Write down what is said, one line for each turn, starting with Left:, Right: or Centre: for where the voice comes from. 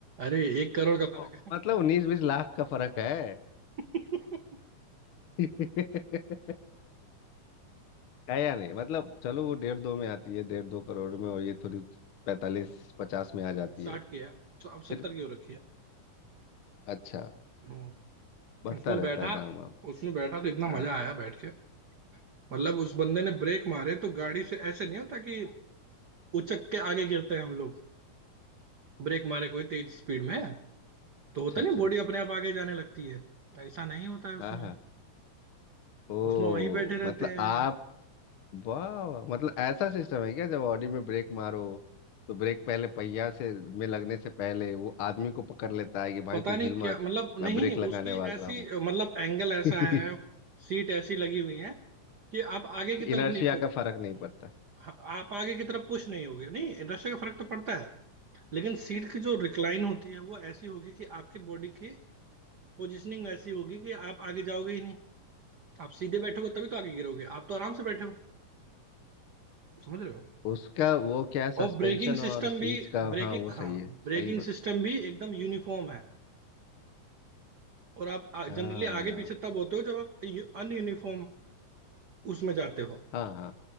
Right: अरे एक करोड़ का
Left: और-
Right: फर्क है
Left: मतलब उन्नीस बीस लाख का फर्क है
Right: <laughs>
Left: <laughs> है या नहीं मतलब चलो
Right: हम्म,
Left: वो डेढ़ दो में आती है डेढ़ दो करोड़ में और ये थोड़ी पैंतालीस पचास में आ जाती
Right: साठ
Left: है
Right: की है अब
Left: फिर
Right: सत्तर की हो रखी है
Left: अच्छा
Right: हम्म,
Left: बढ़ता
Right: उसमें
Left: रहता
Right: बैठा
Left: है दाम वाम
Right: उसमें बैठा तो इतना
Left: हाँ
Right: मजा आया बैठ के मतलब उस बंदे ने ब्रेक मारे तो गाड़ी से ऐसे नहीं होता कि उचक के आगे गिरते हैं हम लोग ब्रेक मारे कोई तेज स्पीड में तो होता
Left: अच्छा
Right: नहीं
Left: अच्छा
Right: बॉडी अपने आप आगे जाने लगती है ऐसा नहीं होता है
Left: हाँ
Right: उसमें
Left: हाँ ओ
Right: उसमें वहीं बैठे रहते
Left: मतलब
Right: हैं
Left: आप वाह मतलब ऐसा सिस्टम है क्या जब ऑडी में ब्रेक मारो तो ब्रेक पहले पहिया से में लगने से पहले वो आदमी को पकड़ लेता है कि
Right: पता
Left: भाई तू
Right: नहीं
Left: हिल
Right: क्या
Left: मत
Right: मतलब नहीं
Left: मैं ब्रेक लगाने
Right: उसकी
Left: वाला
Right: ऐसी
Left: हूँ
Right: मतलब एंगल ऐसा
Left: <laughs>
Right: है सीट ऐसी लगी हुई है कि आप आगे की
Left: इनर्शिया
Right: तरफ नहीं फो
Left: का फर्क नहीं पड़ता
Right: हाँ, आप आगे की तरफ पुश नहीं होगे नहीं नशे का फर्क तो पड़ता है लेकिन सीट की जो रिक्लाइन होती है वो ऐसी होगी कि आपकी बॉडी की पोजिशनिंग ऐसी होगी कि आप आगे जाओगे ही नहीं। आप सीधे बैठोगे तभी तो आगे गिरोगे आप तो आराम से बैठे हो समझ रहे हो
Left: उसका वो क्या है सस्पेंशन
Right: और ब्रेकिंग सिस्टम
Left: और सीट्स
Right: भी
Left: का
Right: ब्रेकिंग
Left: हाँ वो सही
Right: हाँ
Left: है
Right: ब्रेकिंग
Left: सही बता
Right: सिस्टम भी एकदम यूनिफॉर्म है और आप
Left: हाँ
Right: जनरली आगे पीछे तब होते हो जब आप अनयूनिफॉर्म उसमें जाते हो
Left: हाँ हाँ